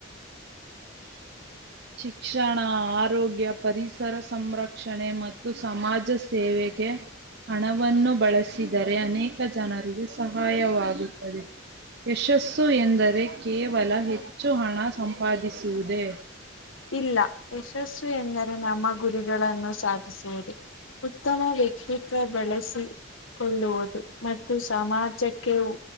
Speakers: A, on the right; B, on the left.
A: <inaudible> ಶಿಕ್ಷಣ ಆರೋಗ್ಯ ಪರಿಸರ ಸಂರಕ್ಷಣೆ ಮತ್ತು ಸಮಾಜ ಸೇವೆ ವೇಗೆ ಹಣವನ್ನು ಬಳಸಿದರೆ ಅನೇಕ ಜನರಿಗೆ ಸಹಾಯವಾಗುತ್ತದೆ ಯಶಸ್ಸು ಎಂದರೆ ಕೇವಲ ಹೆಚ್ಚು ಹಣ ಸಂಪಾದಿಸುವುದೇ
B: ಇಲ್ಲ ಯಶಸ್ಸು ಎಂದರೆ ನಮ್ಮ ಗುರಿಗಳನ್ನು ಸಾಧಿಸುವುದು ಉತ್ತಮ ವ್ಯಕ್ತಿತ್ವ ಬಳಸಿ ಕೊಳ್ಳುವುದು ಮತ್ತು ಸಮಾಜಕ್ಕೆ